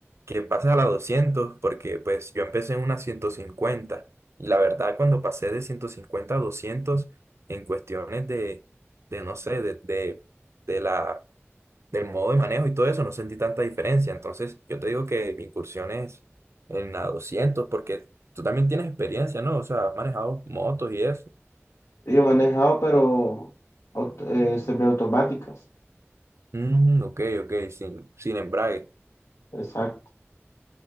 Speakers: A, on the right (about 70°); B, on the left (about 75°).
A: que pases a la 200 porque pues yo empecé en una 150. Y la verdad, cuando pasé de 150 a 200 en cuestiones de, de no sé, de de- de la del modo de manejo y todo eso, no sentí tanta diferencia. Entonces, yo te digo que mi incursión es en la 200 porque tú también tienes experiencia, ¿no? O sea, has manejado motos y eso.
B: Yo he manejado, pero aut- eh, semiautomáticas.
A: Mm, ok, ok, sin, sin embrague.
B: Exacto.